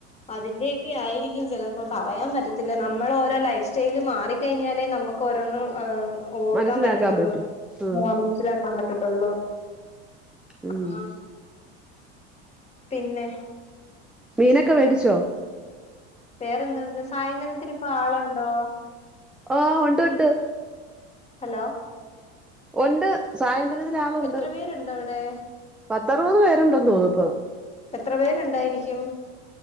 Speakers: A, on the left (about 20°); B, in the centre.
A: അതിന്റെയൊക്കെ ആയിരിക്കും ചിലപ്പോ പറയാൻ പറ്റത്തില്ല നമ്മള് ഓരോ ലൈഫ് സ്റ്റൈല് മാറി ക്കഴിഞ്ഞാലേ നമുക്ക് ഓരോന്ന് ഹ് ഓർക്കാൻ
B: മനസ്സിലാക്കാൻ
A: പറ്റത്തൊള്ളൂ
B: പറ്റും ആഹ്
A: മനസ്സിലാക്കാൻ പറ്റത്തൊള്ളൂ
B: ഉം
A: ആ പിന്നെ
B: മീനൊക്കെ വേടിച്ചോ
A: വേറെന്തുണ്ട് സായന്ധനത്തിന് ഇപ്പോ ആളുണ്ടോ
B: ഓ ഉണ്ട് ഉണ്ട്
A: ഹലോ
B: ഉണ്ട് സായന്തനത്തില് ആള് ഉണ്ട്
A: എത്ര പേരുണ്ട് അവിടെ
B: പത്ത് അറുപത് പേരുണ്ട്ന്ന് തോന്നുന്നു ഇപ്പോ
A: എത്ര പേരുണ്ടായിരിക്കും